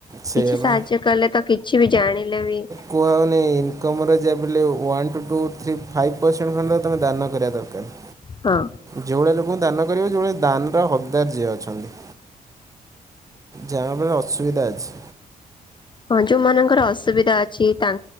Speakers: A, on the right (about 20°); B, on the left (about 30°).
A: ସେଇଆ
B: କିଛି ସାହାଯ୍ୟ
A: ପା।
B: କଲେ ତ କିଛି ବି ଜାଣିଲେ ବି
A: କୁହା ହୋଉନି ଇନକମରେ ଯାହାବେଲେ one two three five percent ଖଣ୍ଡେ ତମେ ଦାନ କରିବା ଦ ରକାର।
B: ହଁ।
A: ଯୋଉଭଳିଆ ଲୋକକୁ ଦାନ କରିବ ଯୋଉଭଳିଆ ଦାନର ହକଦାର ଯିଏ ଅଛନ୍ତି। ଜାହା ବି ହେଲେ ଅସୁବିଧା ଅଛି।
B: ହଁ ଯୋଉମାନଙ୍କର ଅସୁବିଧା ଅଛି ତା